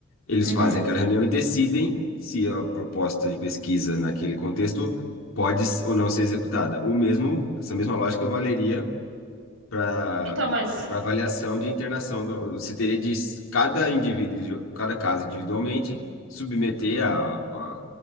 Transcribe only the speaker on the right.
Uhum.
Então, mas,